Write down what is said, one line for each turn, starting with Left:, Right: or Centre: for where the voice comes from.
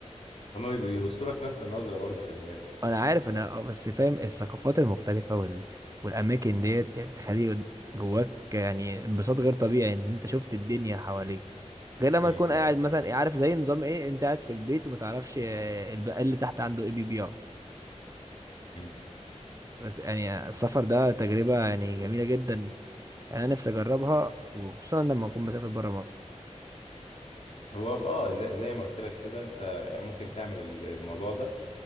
Left: هما بي- بيبصوا لك نفس النظره برضو خلي بالك
Right: انا عارف انا آه، بس فاهم الثقافات المختلفه وال... والاماكن ديت يعني بتخلي جواك يعني انبساط غير طبيعي ان انت شفت الدنيا حواليك غير لما
Left: امم
Right: تكون
Left: إمم،
Right: قاعد مثلا عارف زي نظام ايه انت قاعد في البيت وما تعرفش آه، البقال اللي تحت عنده ايه بيبيعه
Left: إمم.
Right: بس يعني السفر ده تجربة يعني جميلة جدا يعني أنا نفسي أجربها وخصوصا لما أكون مسافر برا مصر
Left: هو اه زي, زي ما قلت لك كده انت يعني ممكن تعمل ال- الموضوع ده